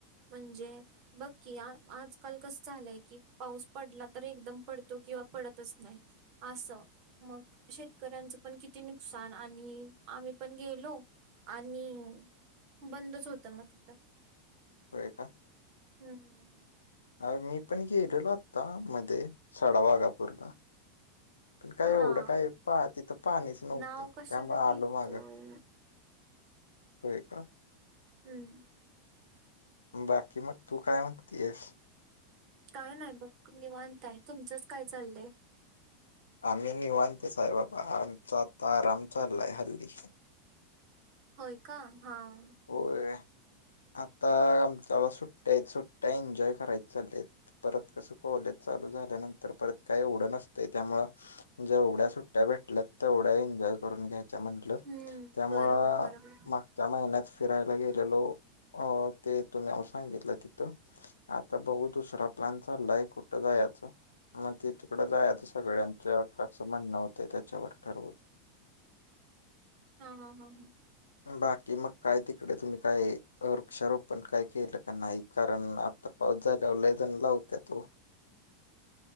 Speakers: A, on the right (about 45°); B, on the left (about 75°).
A: म्हणजे बक्की आजकाल कस झालंय कि पाऊस पडला तर एकदम पडतो किंवा पडतच नाही. असं मग शेतकऱ्यांचं पण किती नुकसान आणि आम्ही पण गेलो आणि बंदच होतं मग तिथं.
B: होय का.
A: हम्म
B: अ मी पण गेलेलो होता मध्ये साड वागापूरला. पण काय एवढं
A: हा
B: काय पा तिथं पाणीच नव्हतं
A: नाव कशाला
B: त्यामुळं आलो
A: घेतोय
B: माग. होय का.
A: हम्म.
B: बाकी मग तू काय म्हणती येस.
A: काय नाही बघ निवांताय तुमचंच काय चाललंय.
B: आम्ही निवनतच हाय बाबा आमचा आता आराम चाललाय हल्ली.
A: होय का हां.
B: होय आता आमच्याला सुट्ट्या आहेत सुट्ट्या एन्जॉय करायच चालेत. परत कसं कॉलेज चालू झाल्यानंतर परत काही एवढं नसतं त्यामुळ जेवढ्या सुट्ट्या भेटल्या तेवढ्या एन्जॉय करून घ्यायच्या म्हटलं
A: हम्म
B: त्यामुळं
A: बरोबर बरोबर.
B: मागच्या महिन्यात फिरायला गेलेलो ते तुम्ही नाव सांगितलं तिथं आता बघऊ दुसरा प्लन चाललाय कुठं जायाचा. मग त तिकडं जायता सगळ्यांच फारसं म्हणणं होतं त्याच्यावर ठरवून
A: हा हा हा हा.
B: बाकी मग काय तिकडे तुम्ही काय वृक्षरोप पण काय केलं का नाही कारण आत्ता पाऊस जागावर लैजण लावत्या हो